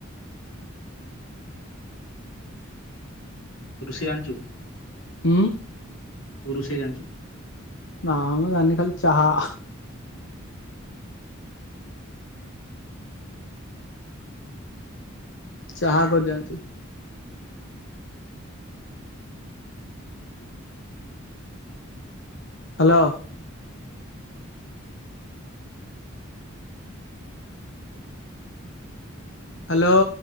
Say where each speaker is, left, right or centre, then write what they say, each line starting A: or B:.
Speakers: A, on the left; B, on the left.
A: ରୋଷେଇ ଆଣିଚୁ।
B: ଉଁ।
A: ତୁ ରୋଷେଇ ଜାଣିଚୁ।
B: ନା ମ ଜାଣିନି ଖାଲି ଚାହା। ଚାହା କରି ଜାଣିଚି। ହାଲୋ। ହ୍ଯାଲୋ।